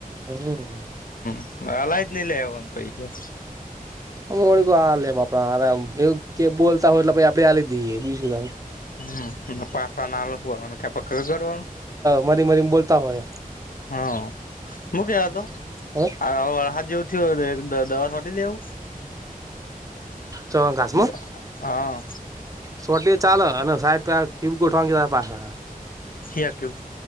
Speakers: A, on the right; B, on the left.
A: હમ
B: હમ. અલાયજ નઈ લે આવવાનું પૈસા.
A: હળ કો આ લે બાપડ કે બોલતા હોય એટલે આપે આ લીધી બી.
B: હમ ના પાસાા ના ભ કે્યા પક કરો.
A: મારી મરી બોલતા હોય.
B: હા મુું કહેવા તો
A: હે
B: આ આહાર જો દવા સટી દેવ.
A: ચણ ઘાસમાં
B: બ હા.
A: સોટી ચાલો અને સાહેબ કીબ ગોઠવાગે પાસે.
B: કું